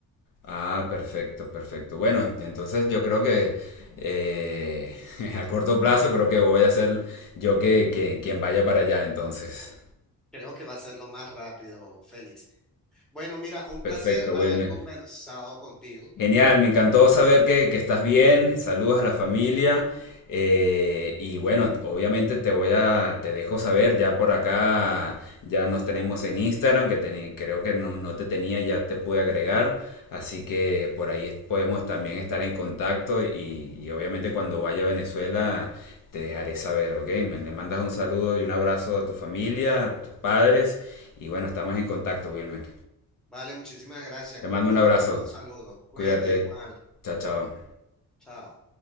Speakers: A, on the left; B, in the centre.
A: Ah, perfecto, perfecto. Bueno, y entonces yo creo que eh, <laughs> a corto plazo creo que voy a ser yo que, que- quien vaya para allá entonces.
B: Creo que va a ser lo más rápido, Félix. Bueno, mira, un
A: Perfecto,
B: placer haber
A: Wilmer.
B: conversado contigo.
A: Genial, me encantó saber que, que estás bien. Saludos a la familia. eh, y bueno, obviamente te voy a, te dejo saber, ya por acá ya nos tenemos en Instagram, que teni- creo que no, no te tenía, ya te pude agregar. Así que por ahí es- podemos también estar en contacto y, y obviamente cuando vaya a Venezuela te dejaré saber, ¿ok? Me le mandas un saludo y un abrazo a tu familia, a tus padres. Y bueno, estamos en contacto, Wilmer.
B: Vale, muchísimas gracias.
A: Te
B: Con
A: mando
B: gusto,
A: un abrazo.
B: lo- los saludos. Cuídate
A: Cuídate.
B: igual.
A: Chao, chao.
B: Chao.